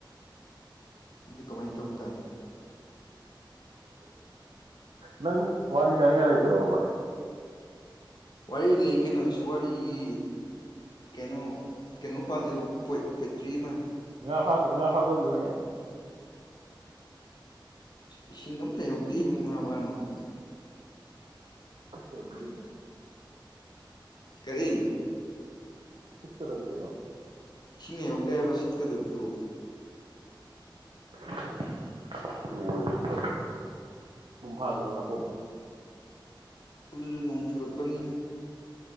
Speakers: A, on the left; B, on the right.
A: ꯑꯗꯨꯗꯤ ꯀꯃꯥꯏꯅ ꯇꯧ ꯇꯥꯏ
B: ꯅꯪ ꯋꯥꯔꯤ ꯀꯅꯤꯉꯥꯏ ꯂꯩꯇ꯭ꯔꯕꯣ ꯕꯥꯏ
A: ꯋꯥꯔꯤ ꯂꯩ ꯀꯩꯅꯣꯁꯨ ꯋꯥꯔꯤꯒꯤ ꯀꯩꯅꯣ ꯀꯩꯅꯣ ꯄꯥꯖꯕ ꯄꯠ ꯄꯣꯏꯇ꯭ꯔꯤ ꯑꯃ
B: ꯉꯥꯐ ꯉꯥꯐ ꯆꯠꯂꯨꯖꯤꯔꯣ ꯍꯌꯦꯡ
A: ꯏꯁꯤꯡ ꯑꯝ ꯂꯩꯌꯧꯗꯦ ꯏꯕꯨꯡꯉꯣ ꯉꯥꯕꯅꯕ
B: ꯏꯁꯤꯠꯇꯣꯏꯅꯤ ꯀꯩꯅꯣ
A: ꯀꯔꯤ
B: ꯁꯤꯠꯀꯗꯝꯅꯤ ꯀꯩꯅꯣ
A: ꯏꯁꯤꯡ ꯍꯩꯍꯧꯗꯦ ꯍꯥꯏꯕ ꯁꯤꯠꯀꯗꯕꯗꯣ
B: ꯍ ꯑꯁ ꯂꯣꯏꯔꯦꯅꯦ ꯊꯕꯛ ꯄꯨꯝ ꯐꯥꯁꯤꯔꯣ ꯉꯥꯄꯨꯝ
A: ꯑꯗꯨꯁꯨ ꯅꯣꯡ ꯆꯨꯔꯛꯀꯅꯤ